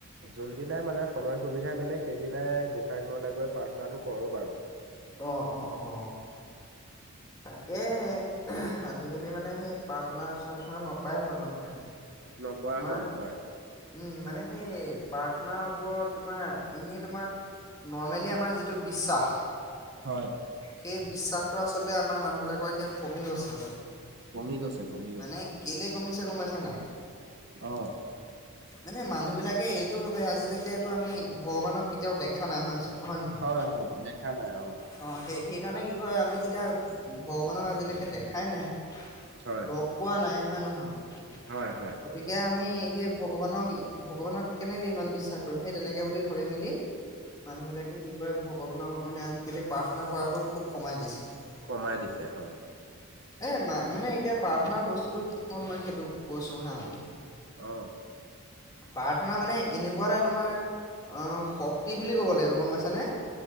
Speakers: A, on the right; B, on the left.
A: যোন দিনাই মানে সময় সুবিধা মিলে সেইদিনাই গোঁসাই ঘৰলে গৈ প্ৰাৰ্থনাটো কৰো বাৰু।
B: অ', অ', অ'। তাকেহে, আজিকালি মানে সেই, প্ৰাৰ্থনা-চাৰ্থনা নকৰাই হ'ল মানুহে।
A: নকৰা
B: তোমাৰ,
A: হ'ল হয়।
B: উম', মানে সেই প্ৰাৰ্থনাৰ ওপৰত তোমাৰ, এনেই তোমাৰ নৰ্মেলি আমাৰ যিটো বিশ্বাস
A: হয়।
B: সেই বিশ্বাসটো আচলতে আমাৰ মানুহবিলাকৰ এতিয়া কমি গৈছে অলপ।
A: কমি গৈছে, কমি গৈছে।
B: মানে কেলে কমিছে গ'মপাইছা নাই?
A: অ'।
B: মানে মানুহে বিলাকে এইটো ভাবে আজিলৈকেতো আমি ভগৱানক কেতিয়াও দেখা নাই হয় নহয়
A: হয়, হয় দেখা নাই অ'।
B: অ', সেই সেইকাৰণে কি কয় আমি যেতিয়া ভগৱানক আজিলৈকে দেখাই নাই
A: হয়
B: লগ পোৱা নাই হয় নহয়
A: হয় হয়
B: গতিকে আমি সেই ভগৱানক ভগৱানক কেনেকে ইমান বিশ্বাস কৰিম সেই তেনেকে বুলি ভাবি মেলি মানুহ বিলাকে কি কৰে ভগৱানক মানে আজিকালি প্ৰাৰ্থনা কৰাটো খুব কমাই দিছে। এ
A: কমাই দিছে হয়।
B: মা মানে এতিয়া প্ৰাৰ্থনা বস্তুতটো কি মই সেইটো কৈছোঁ <unintelligible>
A: অ'।
B: প্ৰাৰ্থনা মানে এনেকুৱা এটা তোমাৰ অহ শক্তি বুলি ক'ব লাগিব গ'ম পাইছানে।